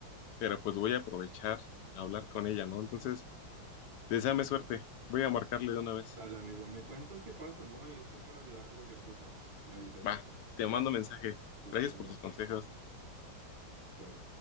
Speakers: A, on the left; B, on the right.
A: pero pues voy a aprovechar a hablar con ella, ¿no? Entonces, deséame suerte. Voy a marcarle de una vez.
B: Dale, amigo, me cuentas qué pasa, ¿no? Ahí estoy para ayudarte cualquier cosa. Me avisas
A: Va, te mando mensaje.
B: que estés
A: Gracias
B: bien.
A: por tus consejos.
B: Dale.